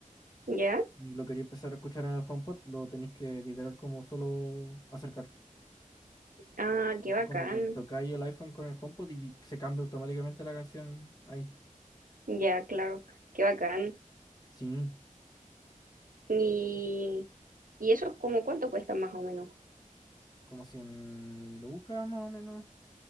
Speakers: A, on the right; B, on the left.
A: ya.
B: y lo quería empezar a escuchar en el HomePod, lo tenéis que literal como solo acercar.
A: Ah, qué
B: Tipo,
A: bacán.
B: Como que tocáis el iPhone con el HomePod y se cambia automáticamente la canción ahí.
A: Ya, claro, qué bacán.
B: Sí,
A: Y, y eso es como cuánto cuesta más o menos.
B: como 100 lucas más o menos.